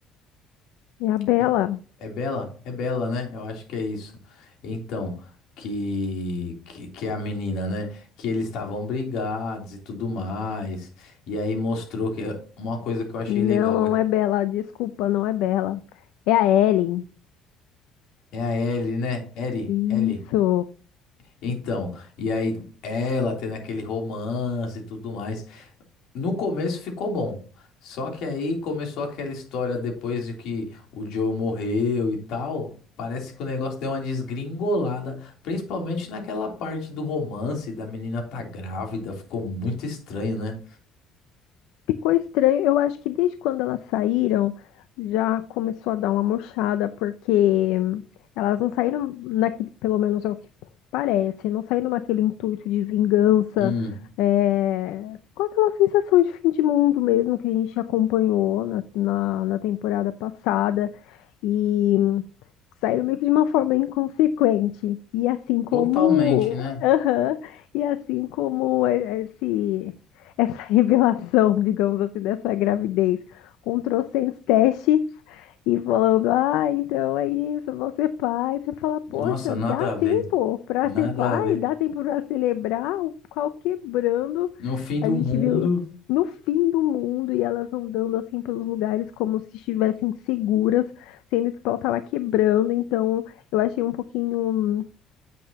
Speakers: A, on the left; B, on the left.
A: É a Bela.
B: Co- co- É Bella? É Bella, né? Eu acho que é isso. Então, que que, que é a menina, né? Que eles estavam brigados e tudo mais. E aí mostrou que uma coisa que eu achei
A: Não,
B: legal
A: não
B: é que
A: é Bela, desculpa, não é Bela. É a Ellen.
B: é a Ellie, né? Ellie,
A: Isso.
B: Ellie. Então, e aí ela tendo aquele romance e tudo mais. No começo ficou bom. Só que aí começou aquela história depois de que o Joe morreu e tal. Parece que o negócio deu uma desgringolada, principalmente naquela parte do romance da menina tá grávida, ficou muito estranho, né?
A: Ficou estranho. Eu acho que desde quando elas saíram, já começou a dar uma murchada, porque elas não saíram naquele, pelo menos é o que parece, não saíram naquele intuito de vingança,
B: Hum,
A: é, com aquela sensação de fim de mundo mesmo que a gente acompanhou na, na, na temporada passada. E Saíram meio que de uma forma inconsequente. E assim como.
B: totalmente, né?
A: Aham. e assim como é, é esse, essa <laughs> revelação, digamos assim, dessa gravidez, com trocentos testes e falando: ah, então é isso, vou ser pai. Você fala: poxa,
B: Nossa, nada
A: dá
B: a ver.
A: tempo para
B: Nada
A: ser pai,
B: a ver.
A: dá tempo para celebrar, o pau quebrando.
B: No fim
A: A
B: do
A: gente
B: mundo.
A: viu no fim do mundo e elas andando assim pelos lugares como se estivessem seguras sendo que o pau tava quebrando, então eu achei um pouquinho